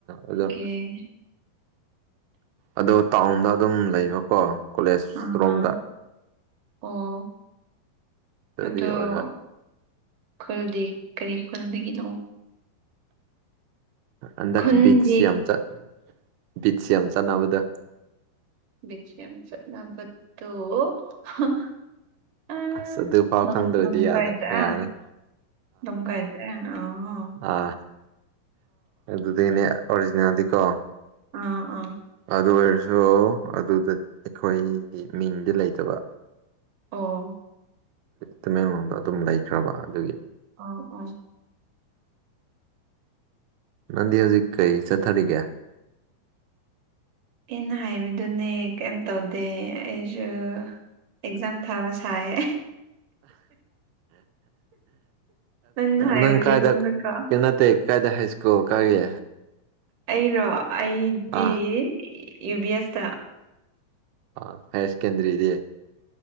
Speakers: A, on the right (about 90°); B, on the right (about 70°).
A: ꯑꯗꯨꯣ
B: ꯎ
A: ꯑꯗꯣ ꯇꯥꯎꯟꯗ ꯑꯗꯨꯝ ꯂꯩꯕꯀꯣ ꯀꯣꯂꯦꯖ
B: ꯑꯥ
A: ꯔꯣꯝꯗ
B: ꯑꯣ
A: ꯑꯗꯨꯒꯤ
B: ꯑꯗꯣ
A: ꯑꯣꯏꯕ
B: ꯈꯨꯜꯗꯤ ꯀꯔꯤ ꯈꯨꯜꯗꯒꯤꯅꯣ
A: ꯍꯟꯗꯛ
B: ꯈꯨꯟꯗꯤ
A: ꯕꯤꯠꯆꯁꯤ ꯌꯥꯝ ꯆꯠ ꯕꯤꯆꯁꯤ ꯌꯥꯝ ꯆꯠꯅꯕꯗ
B: ꯕꯤꯖꯤ ꯑꯝꯁꯕꯠꯇ ꯑ ꯍꯥꯏ
A: ꯑꯁ
B: ꯑ
A: ꯑꯗꯨꯐꯥꯎ ꯈꯪꯗ꯭ꯔꯗꯤ
B: ꯍꯥꯏ
A: ꯌꯥꯗ ꯌꯥꯔꯦ
B: ꯑ ꯑ
A: ꯑ ꯑꯗꯨꯗꯤꯅꯦ ꯑꯣꯔꯤꯖꯗꯤꯀꯣ
B: ꯑꯥ ꯑꯥ
A: ꯑꯗꯨ ꯑꯣꯏꯔꯁꯨ ꯑꯗꯨꯗ ꯑꯩꯈꯣꯏꯒꯤ ꯃꯤꯡꯗꯤ ꯂꯩꯇꯕ
B: ꯑꯣ
A: ꯇꯃꯦꯡꯂꯣꯡꯗ ꯑꯗꯨꯝ ꯂꯩꯈ꯭ꯔꯕ ꯑꯗꯨꯒꯤ
B: ꯑ ꯑꯣ
A: ꯅꯪꯗꯤ ꯍꯧꯖꯤꯛ ꯀꯩ ꯆꯠꯊꯔꯤꯒꯦ
B: ꯑꯩꯅ ꯍꯥꯏꯕꯗꯨꯅꯦ ꯀꯩꯝ ꯇꯧꯗꯦ ꯑꯩꯁꯨ ꯑꯦꯛꯖꯥꯝ ꯊꯥꯕ ꯁꯥꯏꯦ ꯅꯪꯅ ꯍꯥꯏꯕꯗꯨꯒꯨꯝꯅꯀꯣ
A: ꯅꯪ ꯀꯥꯏꯗ ꯀꯩꯅ ꯇ ꯆꯀꯥꯏꯗ ꯍꯥꯏ ꯁ꯭ꯀꯣ ꯑꯣ ꯀꯥꯦ
B: ꯑꯩꯔꯣ ꯑꯩꯗꯤ
A: ꯑꯥ
B: ꯌꯨ ꯕꯤ ꯑꯦꯁꯇ
A: ꯑ ꯍꯌꯔ ꯁꯦꯀꯦꯟꯗꯔꯤ ꯏꯑꯦ